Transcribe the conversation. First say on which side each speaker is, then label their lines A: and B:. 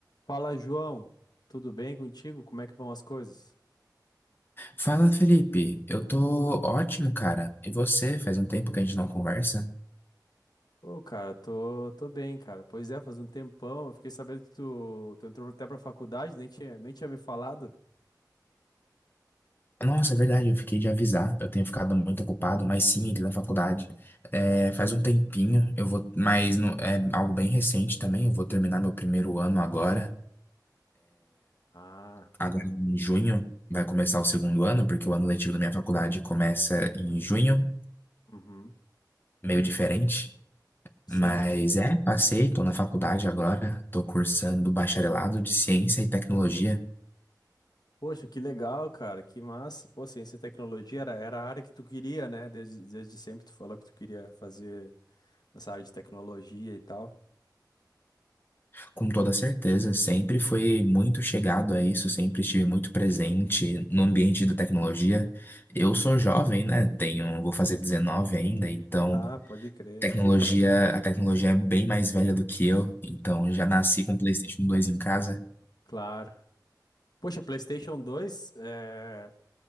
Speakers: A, on the left (about 65°); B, on the left (about 30°).
A: Fala, João. Tudo bem contigo? Como é que vão as coisas?
B: Fala, Felipe. Eu tô ótimo, cara. E você? Faz um tempo que a gente não conversa.
A: Ô, cara, tô, tô bem, cara. Pois é, faz um tempão. Eu fiquei sabendo que tu, tu entrou até pra faculdade, nem tinha, nem tinha me falado.
B: Nossa, é verdade, eu fiquei de avisar. Eu tenho ficado muito ocupado, mas sim, entrei na faculdade. É, faz um tempinho, eu vou, mas não- é algo bem recente também. Eu vou terminar meu primeiro ano agora.
A: Ah,
B: Agora em junho vai começar o segundo ano, porque o ano letivo da minha faculdade começa em junho,
A: uhum,
B: meio diferente.
A: sim.
B: Mas é, passei, tô na faculdade agora, tô cursando bacharelado de Ciência e Tecnologia.
A: Poxa, que legal, cara. Que massa. Pô, ciência e tecnologia era, era a área que tu queria, né? Desde, desde sempre tu falou que tu queria fazer nessa área de tecnologia e tal.
B: Com toda certeza, sempre foi muito chegado a isso, sempre estive muito presente no ambiente da tecnologia. Eu sou jovem, né? Tenho, vou fazer 19 ainda, então
A: Ah, pode crer.
B: tecnologia, a tecnologia é bem mais velha do que eu, então já nasci com o PlayStation 2 em casa.
A: Claro. Poxa, PlayStation dois é,